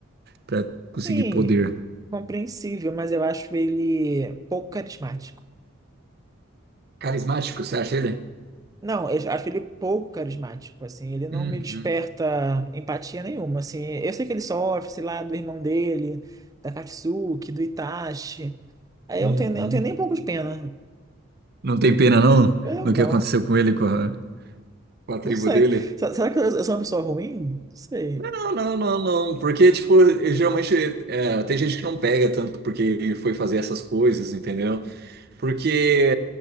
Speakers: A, on the right; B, on the right.
A: Pra conseguir
B: Sim,
A: poder.
B: compreensível, mas eu acho ele pouco carismático.
A: Carismático, você acha ele?
B: Não, eu acho ele pouco carismático, assim. Ele não
A: Uhum,
B: me desperta empatia nenhuma, assim. Eu sei que ele sofre, sei lá, do irmão dele, da Katsuki, do Itachi. Aí
A: uhum.
B: eu não tenho, eu não tenho nem um pouco de pena.
A: Não tem pena não
B: Eu
A: no
B: não.
A: que aconteceu com ele com a... Com a tribo
B: Não sei.
A: dele?
B: Se- Será que eu eu sou uma pessoa ruim? Não sei.
A: Não, não, não, não. Porque, tipo, geralmente é, tem gente que não pega tanto porque foi fazer essas coisas, entendeu? Porque